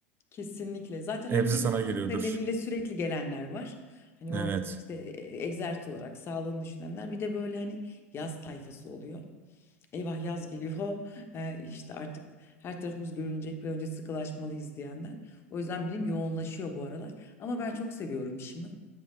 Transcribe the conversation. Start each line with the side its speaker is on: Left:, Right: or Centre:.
Left: kesinlikle. Zaten
Right: Hepsi
Left: hani bir sağlık
Right: sana geliyordur.
Left: nedeniyle sürekli gelenler var. Hani
Right: Evet.
Left: o işte e, egzersiz olarak sağlığını düşünenler. Bir de böyle hani yaz tayfası oluyor. eyvah yaz geliyor <laughs> eee, işte artık her tarafımız görünecek bir önce sıkılaşmalıyız diyenler. O yüzden benim yoğunlaşıyor bu aralar ama ben çok seviyorum işimi.